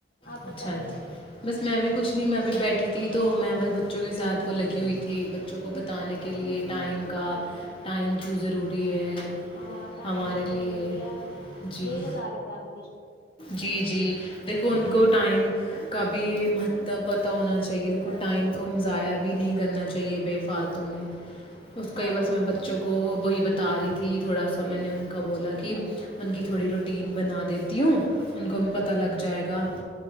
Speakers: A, on the left; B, on the left.
A: آپ
B: اچھا
A: بتائیے
B: اچھا بس میں بھی کچھ نہیں میں بھی بیٹھی تھی تو میں بس بچوں کے ساتھ وہ لگی ہوئی تھی بچوں کو بتانے کے لیے ٹائم کا ٹائم کیوں ضروری ہے
A: ہاں ٹائم
B: ہمارے
A: بہت
B: لیے
A: ضروری ہے
B: جی
A: یہی بتا رہے تھے آپ بھی
B: جی جی دیکھو ان کو ٹائم کا بھی مہت پتہ ہونا چاہیے دیکھو ٹائم کو ضائع بھی نہیں کرنا چاہیے بے فالتو میں اس کو
A: ہاں
B: ہی بس میں بچوں کو بی بتا رہی تھی تھوڑا سا میں نے کا بولا کہ ان کی تھوڑی روٹین بنا دیتی ہوں ان کو بھی پتہ لگ جائے گا